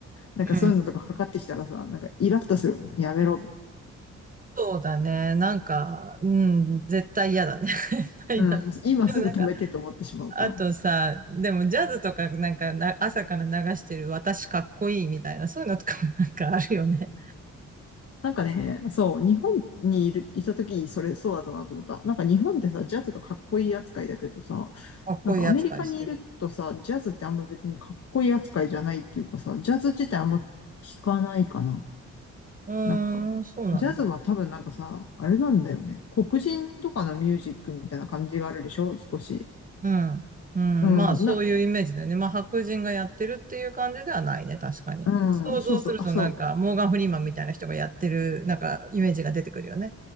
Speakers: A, on the left; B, on the right.
A: なんかそういうのとかかかってきたらさ、
B: うん。
A: なんかイラッとするもん。やめろと
B: そうだね。なんか、うん、絶対嫌だね。<laughs> 絶対嫌だ。
A: うん、今すぐ止めてと思ってしまうから。
B: でもなんかあとさ、でもジャズとかなんかな朝から流してる私かっこいいみたいな、そういうのとかもなんかあるよね。
A: なんかね、そう、日本にいる、いた時、それそうだったなと思った。なんか日本ってさ、ジャズがかっこいい扱いだけどさ、
B: <laughs> かっこいい扱いしてる。
A: なんかアメリカにいるとさ、ジャズってあんま別にかっこいい扱いじゃないっていうかさ、ジャズ自体あんま聞かないかな。
B: うーん、
A: なんか、
B: そうなんだ。
A: ジャズは多分なんかさ、あれなんだよね。黒人とかのミュージックみたいな感じがあるでしょ少し。
B: うん。うん、
A: うん、
B: まあそういうイメージだよね。
A: な、
B: まあ白人がやってるっていう感じではないね、確かに。
A: うん、
B: 想像するとなんかモーガン・
A: そうそう、あ、そう、
B: フリーマンみたいな人がやってるなんかイメージが出てくるよね。